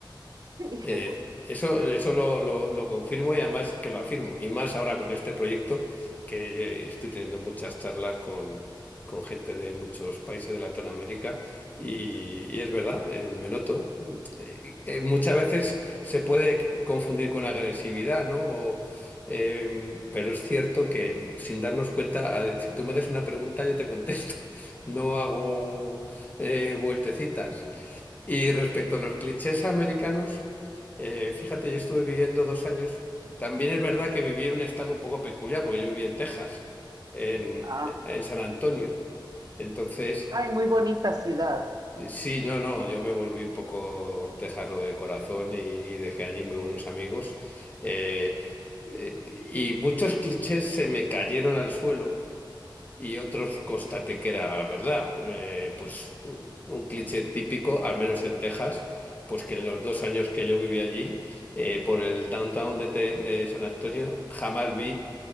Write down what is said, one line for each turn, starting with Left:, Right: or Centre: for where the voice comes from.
Right: <laughs>
Left: Eh, eso eso lo, lo- lo confirmo y además que lo afirmo. Y más ahora con este proyecto que eh, estoy teniendo muchas charlas con, con gente de muchos países de Latinoamérica y, y es verdad, eh, me noto. Mm, eh, eh, muchas veces se puede confundir con agresividad, ¿no? O, eh, pero es cierto que sin darnos cuenta, a si tú me haces una pregunta, yo te contesto. <laughs> No hago eh, vueltecitas. Y respecto a los clichés americanos, eh, fíjate, yo estuve viviendo dos años. También es verdad que viví en un estado un poco peculiar, porque yo viví en Texas, en,
Right: ah,
Left: en San Antonio. Entonces,
Right: ay, muy bonita ciudad.
Left: sí, no, no, yo me volví un poco tejano de corazón y dejé allí muy buenos amigos. Eh, eh, y muchos clichés se me cayeron al suelo. Y otros constaté que era verdad. Eh, pues un un cliché típico, al menos en Texas, pues que en los dos años que yo viví allí, eh, por el downtown de, Te- de San Antonio, jamás vi